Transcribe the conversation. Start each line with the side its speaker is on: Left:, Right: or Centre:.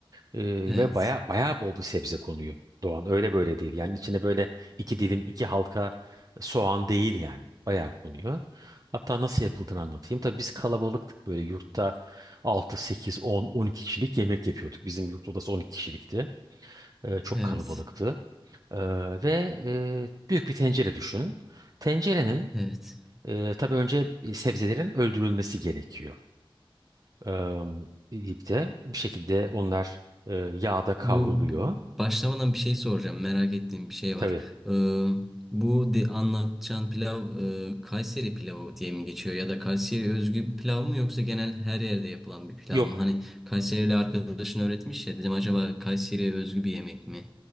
Right: Ee,
Centre: Evet,
Right: ve baya baya bol bir sebze konuyor Doğan. Öyle böyle değil. Yani içine böyle iki dilim, iki halka soğan değil yani. Bayağı konuyor. Hatta nasıl yapıldığını anlatayım. Tabii biz kalabalıktık böyle yurtta altı sekiz on on iki kişilik yemek yapıyorduk. Bizim yurt odası 12 kişilikti. Ee, çok
Centre: evet,
Right: kalabalıktı. Ee, ve e, büyük bir tencere düşün. Tencerenin
Centre: evet.
Right: e, tabii önce sebzelerin öldürülmesi gerekiyor. Ee, ipte bir şekilde onlar e, yağda kavruluyor.
Centre: Bu b- başlamadan bir şey soracağım. Merak ettiğim bir şey
Right: Tabii.
Centre: var. Ee, bu de, anlatacağın pilav e, Kayseri pilavı diye mi geçiyor ya da Kayseri özgü bir pilav mı yoksa genel her yerde yapılan bir pilav
Right: Yok.
Centre: mı? Hani Kayserili arkadaşın öğretmiş ya dedim acaba Kayseri'ye özgü bir yemek mi?